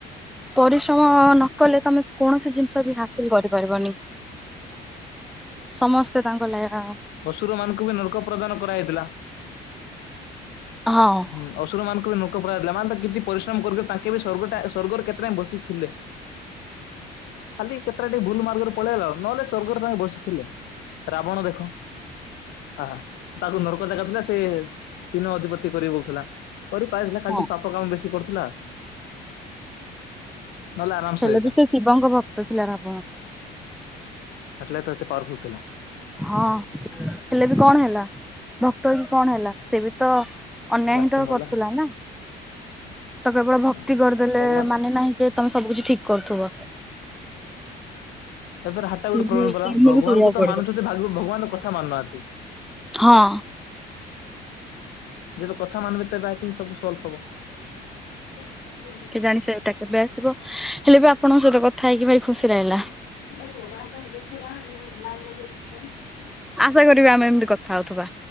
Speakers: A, in the centre; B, on the left.
A: ପରିଶ୍ରମ ନ କଲେ ତମେ କୌଣସି ଜିନିଷ ବି ହା ହାସିଲ କରିପାରିବନି ସମସ୍ତେ ତାଙ୍କ ଲେୟା।
B: ଅଶୁର ମାନଙ୍କୁ ବି ନର୍କ ପ୍ରଦାନ କରାହେଇଥିଲା।
A: ହଁ।
B: ହୁଁ ଅସୁର ମାନଙ୍କୁ ବି ନର୍କ ପୁରା ହେଇଥିଲା ମାନେ ତ କିଛି ପରିଶ୍ରମ କରିବେ ତାଙ୍କେ ବି ସ୍ଵର୍ଗଟା ସ୍ଵର୍ଗର କେତେ ଟାଇମ ବସି ଥିଲେ। ଖାଲି କେତେଟା ଟିକେ ଭୁଲ ମାର୍ଗରେ ପଳେଇଆଇଲା ନହେଲେ ସ୍ଵର୍ଗରେ ତାଙ୍କେ ବସିଥିଲେ। ରାବଣ ଦେଖ ଆହା ତାକୁ ନର୍କ ଜାଗା ଥିଲା ସେ ତିନି ଅଧିପ ତି କରି ବୁଲୁଥିଲା କରି ପାରିଲା ଖାଲି
A: ହଁ।
B: ଟିକେ ପାପ କାମ ବେଶୀ କରୁଥିଲା। ନହେଲେ ଆରାମ
A: ହେଲେ
B: ହେଇତା
A: ବି ସେ ଶିବଙ୍କ ଭକ୍ତ ଥିଲା ରାବଣ।
B: ହେଥିଲାଗି ତ ଏତେ ପାୱାର ଫୁଲ ଥିଲା।
A: ହଁ ହେଲେ ବି କଣ ହେଲା। ଭକ୍ତ ହେଇକି କଣ ହେଲା ସେ ବି ତ ଅନ୍ୟାୟ
B: ଲାଷ୍ଟରେ
A: ହିଁ ତ
B: ମଲା।
A: କରୁଥିଲା ନା।
B: <inaudible>
A: ତ କେବଳ ଭକ୍ତି
B: ହଁ
A: କରିଦେଲେ
B: ଭଗବାନ
A: ମାନେ ନାହିଁ ଯେ ତମେ ସବୁ କିଛି ଠିକ୍‌ କରୁଥିବ।
B: <unintelligible> ହାଟା
A: କର୍ମ
B: ଗୋଟେ ପ୍ରୋବ୍ଲେମ
A: ବି
B: ପରା ଭଗବାନଙ୍କୁ
A: କରିବାକୁ
B: ତ
A: ପଡିବ
B: ମାନୁଚ ଯେ ଭଗବାନଙ୍କ କଥା ମାନୁନାହାନ୍ତି।
A: ହଁ।
B: ଯେବେ କଥା ମାନିବେ ତେବେ ଆଇ ଥିଙ୍ଗ ସବୁ ସଲଭ୍ ହେବ। <unintelligible>
A: କେଜାଣି <unintelligible> କେବେ ଆସିବ। ହେଲେ ବି ଆପଣଙ୍କ ସହିତ କଥା ହେଇକି ଭାରି ଖୁସି ଲାଗିଲା।
B: <unintelligible>
A: ଆଶା କରିବି ଆମେ ଏମତି କଥା ହଉଥିବା।